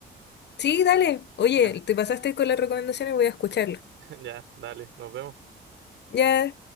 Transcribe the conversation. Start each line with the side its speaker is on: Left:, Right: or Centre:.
Left: Sí, dale. Oye,
Right: ya,
Left: te pasaste con las recomendaciones, voy a escucharlo.
Right: <laughs> ya, dale, nos vemos.
Left: Ya,